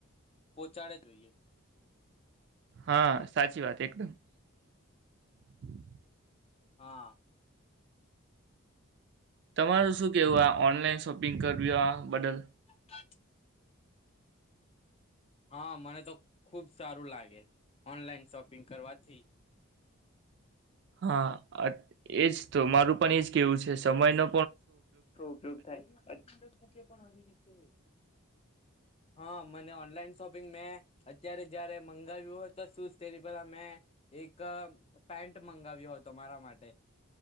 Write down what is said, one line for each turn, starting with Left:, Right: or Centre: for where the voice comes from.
Left: પહોચાડે જોઈએ.
Right: હા‌ સાચી વાત એકદમ. <inaudible>
Left: હા.
Right: તમારું શું કહેવું આ ઓનલાઈન શોપિંગ કર્યા બદલ?
Left: ખત હા મને તો ખુબ સારું લાગે ઓનલાઈન શોપિંગ કરવાથી
Right: હા અત એજ તો મારું પણ એજ કેવું છે સમય નો
Left: ઓછો ઉપયોગ થાય અત્યા કે પણ આવી રીતે હા, મને ઓનલાઈન શોપિંગ મેં અત્યારે જયારે મંગાવ્યું હતું સૂઝ તેની પેલા મેં એક પેન્ટ મંગાવ્યો હતો મારા માટે